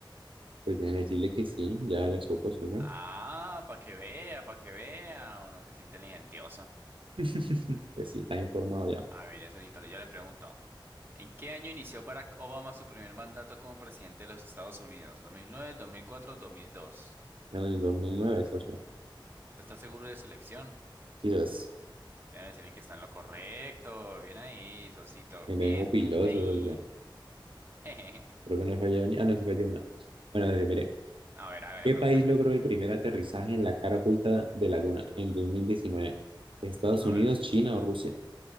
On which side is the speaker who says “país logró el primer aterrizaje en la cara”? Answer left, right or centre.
Right